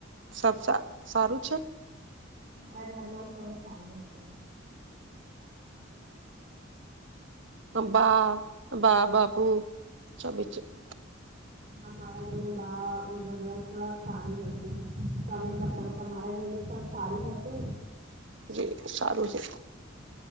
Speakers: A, on the right; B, on the right.
A: સબ સા સારું છે?
B: હા મારા ઘરમાં સૌ સારું હતું.
A: બા બા બાપુ <unintelligible>
B: હા મારા ઘરમાં બા ભાઈયા સબ સારું હતું. તમે બતાવ તમારા ઘરમાં સબ સારું હતું?
A: જી સારું છે.